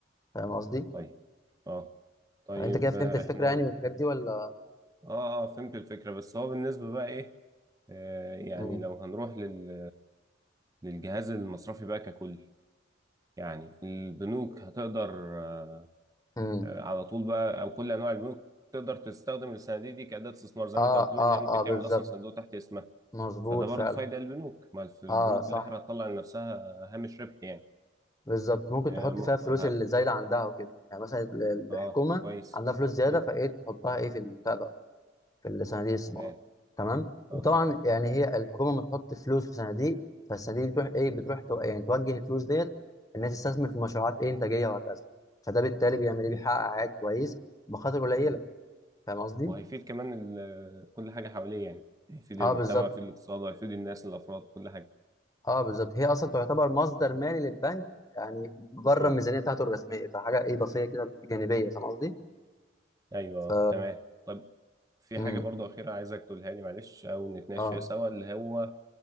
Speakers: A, on the left (about 20°); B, on the right (about 20°).
A: فاهم قصدي؟
B: طيب اه طيب
A: فانت كده فهمت
B: آه،
A: الفكره
B: احنا
A: يعني من الحاجات دي ولا؟
B: اه اه فهمت الفكره بس هو بالنسبه بقى ايه آه يعني
A: مم.
B: لو هنروح لل للجهاز المصرفي بقى ككل يعني البنوك هتقدر آه
A: مم.
B: آه، على طول بقى او كل انواع البنوك تقدر تستخدم الصناديق دي كأداة استثمار زي
A: اه
B: ما انت قلت لي
A: اه
B: ان هي ممكن
A: اه
B: تعمل
A: بالظبط
B: اصلا صندوق تحت اسمها
A: مظبوط
B: فده برضه
A: فعلا
B: فايدة للبنوك ما في البنوك
A: اه صح
B: في الآخر هتطلع لنفسها هامش ربح يعني
A: بالظبط ممكن
B: يا
A: تحط
B: م...
A: فيها الفلوس
B: ه...
A: اللي زايده عندها وكده يعني مثلا ال-
B: اه
A: الحكومه
B: كويس
A: عندها فلوس زياده
B: مم.
A: فايه تحطها ايه في البتاع ده في الصناديق الاستثمار
B: تمام
A: تمام وطبعا
B: اه
A: يعني
B: مم.
A: هي الحكومه لما تحط فلوس في صناديق فالصناديق بتروح ايه بتروح تو... يعني توجه الفلوس ديت انها تستثمر في مشروعات ايه انتاجيه وهكذا فده بالتالي بيعمل ايه بيحقق
B: أي.
A: عائد كويس بمخاطر قليله
B: مم.
A: فاهم قصدي؟
B: وهيفيد كمان ال... كل حاجة حواليه يعني هيفيد
A: اه
B: المجتمع
A: بالظبط
B: هيفيد الاقتصاد وهيفيد الناس الأفراد كل حاجة
A: اه بالظبط هي اصلا تعتبر مصدر مالي للبنك يعني بره
B: مم.
A: الميزانيه بتاعته الرسميه فحاجه ايه اضافيه كده جانبيه فاهم قصدي؟
B: أيوه
A: ف
B: آه، تمام طب في
A: امم
B: حاجة برضه أخيرة عايزك تقولها لي معلش أو نتناقش
A: اه
B: فيها سوا اللي هو